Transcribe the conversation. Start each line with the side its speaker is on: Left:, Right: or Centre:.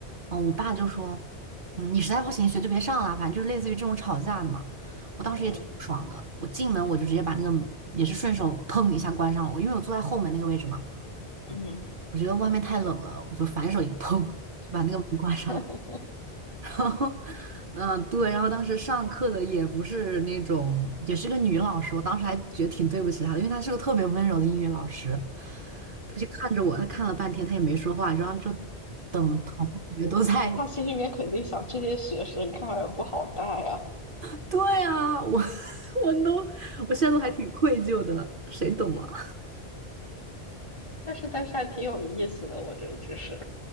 Right: 嗯，我爸就说，嗯，你实在不行学就别上了，反正就是类似于这种吵架的嘛。我当时也挺不爽的，
Left: 嗯
Right: 我进门我就直接把那个也是顺手砰一下关上了，我因为我坐在后门那个位置嘛，
Left: 嗯，
Right: 我觉得外面太冷了，我就反手一个砰就把那个门关上了。
Left: <laughs>
Right: <laughs> 然后，嗯，对，然后当时上课的也不是那种，也是个女老师，我当时还觉得挺对不起她的，因为她是个特别温柔的英语老师，她就看着我，她看了半天，她也没说话，然后就等同学都在，
Left: 他心里面肯定想，这些学生看来不好带啊，
Right: <laughs> 对啊，我 <laughs> 我都，我现在都还挺愧疚的，谁懂啊？
Left: 但是但是还挺有意思的，我觉得就是